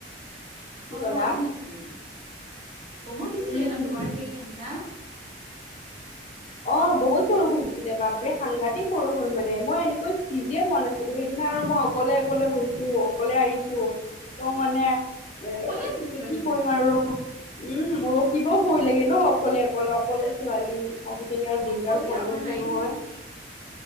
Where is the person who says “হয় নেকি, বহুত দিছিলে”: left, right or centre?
Right